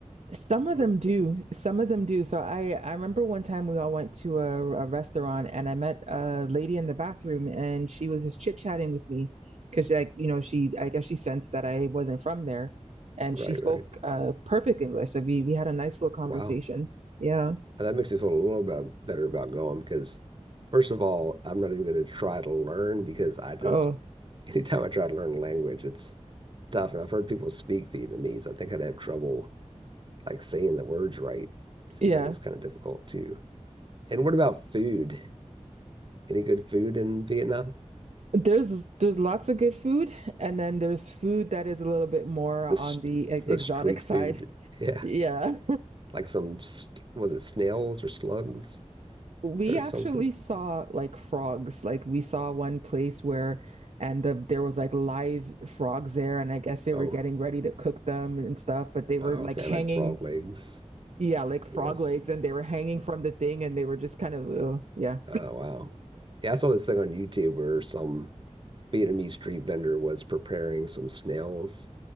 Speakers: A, on the right (about 70°); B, on the right (about 45°).
A: Some of
B: Or-
A: them do. Some of them do. So I I remember one time we all went to a, a restaurant and I met a lady in the bathroom and she was just chit-chatting with me because like you know she I guess she sensed that I wasn't from there and
B: Right,
A: she spoke
B: right.
A: uh perfect English. Like we we had a nice little conversation.
B: Wow.
A: Yeah.
B: That makes me feel a little bit better about going because, first of all, I'm not even going to try to learn because I just,
A: Oh,
B: <laughs> anytime I try to learn a language, it's tough. And I've heard people speak Vietnamese. I think I'd have trouble like saying the words right. It seems
A: yeah.
B: like it's kind of difficult too. And what about food? Any good food in Vietnam?
A: There's there's lots of good food and then there's food that is a little bit more
B: the
A: on the e-
B: the
A: exotic
B: street
A: <laughs> side.
B: food. Yeah,
A: Yeah.
B: like some was it snails or slugs
A: we
B: or
A: actually
B: something?
A: saw like frogs. Like we saw one place where and the, there was like live frogs there and I guess they
B: Oh,
A: were getting ready to cook them and stuff, but they were
B: oh,
A: like
B: okay,
A: hanging
B: like frog legs,
A: yeah, like frog
B: I guess.
A: legs and they were hanging from the thing and they were just kind of uh, yeah.
B: Oh wow, yeah, I saw this thing on YouTube where some Vietnamese street vendor was preparing some snails,